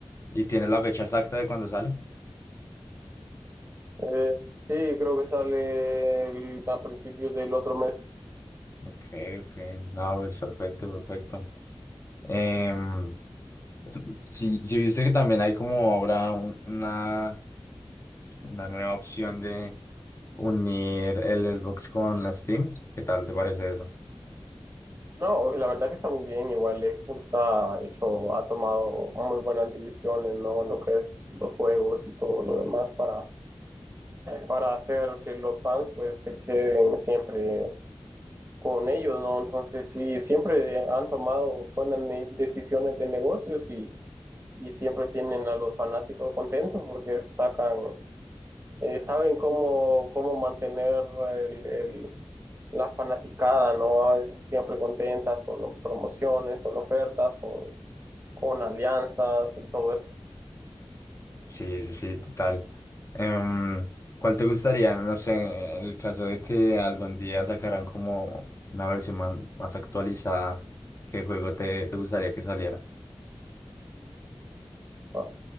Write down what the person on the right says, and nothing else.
Eh, sí, creo que sale el- a principios del otro mes.
No, la verdad que está muy bien. Igual Xbox ha hecho, ha tomado muy buenas decisiones, ¿no? En lo que es los juegos y todo lo demás para, para hacer que los fans pues se queden siempre con ellos, ¿no? Entonces sí, siempre han tomado buenas ne- decisiones de negocios y, y siempre tienen a los fanáticos contentos porque sacan, eh, saben cómo, cómo mantener el, el- la fanaticada, ¿no? Siempre contentas con promociones, con ofertas, con, con alianzas y todo eso.
Ah,